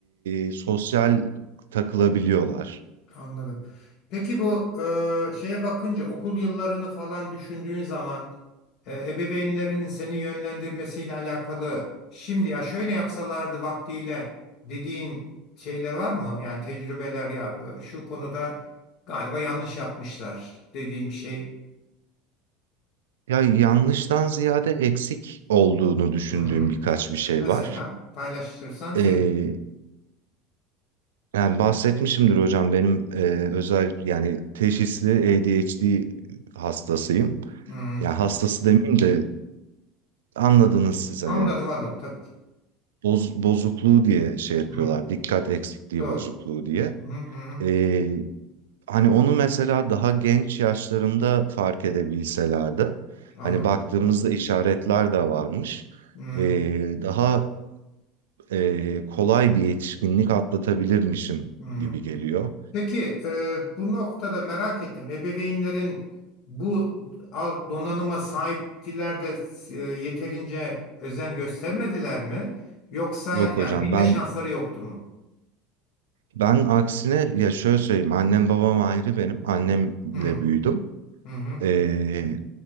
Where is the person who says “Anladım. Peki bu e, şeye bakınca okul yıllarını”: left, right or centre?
Left